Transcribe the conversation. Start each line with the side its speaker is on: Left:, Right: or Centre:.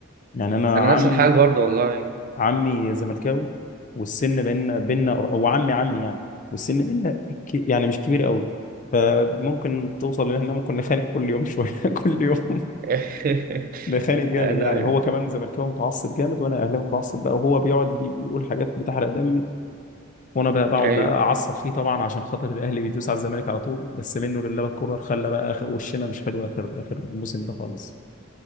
Left: يعني انا
Right: انا
Left: عمي
Right: نفس الحاجه برضه والله
Left: عمي زملكاوي والسن بيننا بيننا او عمي عمي يعني والسن بيننا ك- يعني مش كبير قوي فممكن توصل ان احنا ممكن نخانق كل يوم شويه <laughs> كل يوم
Right: <laughs>
Left: نخانق جامد
Right: انا
Left: يعني هو كمان زملكاوي متعصب جامد وانا اهلاوي متعصب بقى وهو بيقعد بي- بيقول حاجات بتحرق دمي وانا بقى بقعد
Right: ايوه
Left: بقى اعصب فيه طبعا عشان خاطر الاهلي بيدوس على الزمالك على طول بس منه لله الكوره خلى بقى اخر وشنا مش حلو اخر اخر الموسم ده خالص